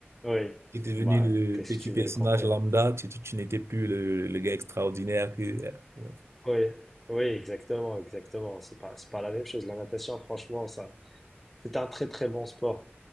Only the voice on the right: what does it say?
Tu es devenu
le
petit
personnage
lambda, tu, tu, tu n'étais plus le, le gars extraordinaire que, ouais.